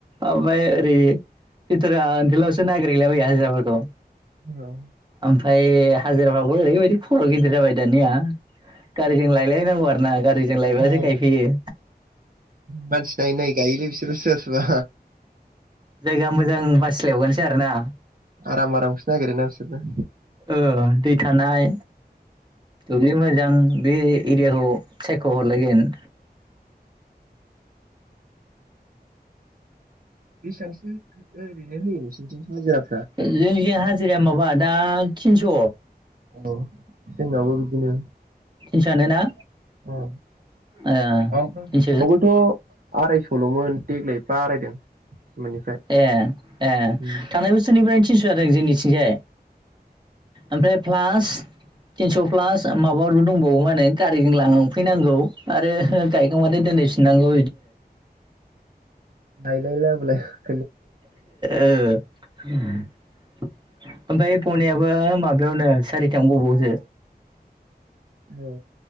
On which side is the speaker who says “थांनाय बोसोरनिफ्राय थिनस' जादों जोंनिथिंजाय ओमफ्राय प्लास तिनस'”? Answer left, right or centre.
Right